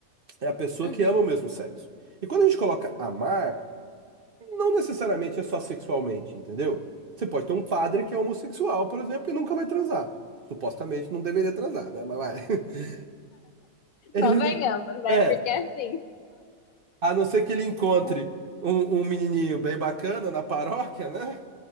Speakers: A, on the right (about 45°); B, on the left (about 80°).
A: É a pessoa
B: Uhum.
A: que ama o mesmo sexo. E quando a gente coloca amar, não necessariamente é só sexualmente, entendeu? Você pode ter um padre
B: Hum.
A: que é homossexual, por exemplo, e nunca vai transar. Supostamente não deveria transar, né? Mas vai. <laughs> Ele
B: Convenhamos, né?
A: É,
B: Porque é assim,
A: a não ser que ele encontre
B: Hum.
A: um, um menininho bem bacana na paróquia, né?